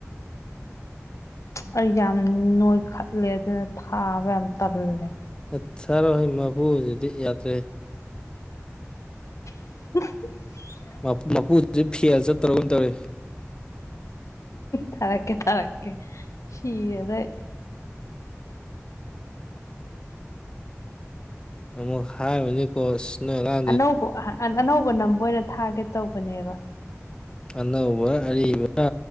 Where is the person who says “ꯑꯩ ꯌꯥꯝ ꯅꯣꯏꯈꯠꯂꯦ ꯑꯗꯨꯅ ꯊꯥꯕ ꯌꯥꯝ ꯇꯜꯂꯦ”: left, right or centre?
Left